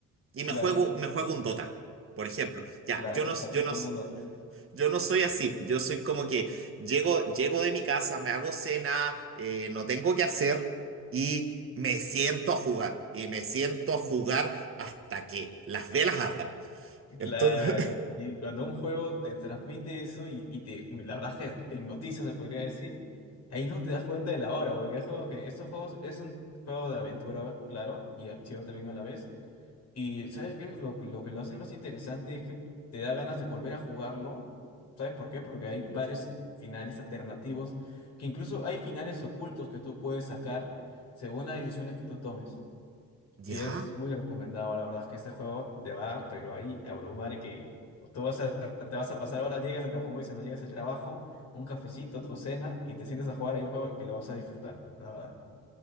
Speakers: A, on the right; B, on the left.
A: y
B: claro,
A: me juego, me juego un Dota, por ejemplo. Ya,
B: claro,
A: yo
B: exacto,
A: no, yo no,
B: como un dato.
A: yo no soy así, yo soy como que llego, llego de mi casa, me hago cena, eh, no tengo que hacer y me siento a jugar. Y me siento a jugar hasta que las velas ardan.
B: Claro,
A: Entonces,
B: y cuando un juego te transmite eso y, y te, la verdad es que te hipnotiza, se podría decir, ahí no te das cuenta de la hora, porque es como que estos juegos es un juego de aventura, claro, y de acción también a la vez. Y ¿sabes qué? Lo, lo que lo hace más interesante es que te da ganas de volver a jugarlo. ¿Sabes por qué? Porque hay varios finales alternativos, que incluso hay finales ocultos que tú puedes sacar según las decisiones que tú tomes.
A: <laughs> ¿ya?
B: Y es muy recomendado, la verdad es que este juego te va, pero ahí a abrumar que tú vas a, te vas a pasar horas, llegas al trabajo, como dices, no llegas al trabajo, un cafecito, tu cena, y te sientes a jugar ahí un juego que lo vas a disfrutar, la verdad.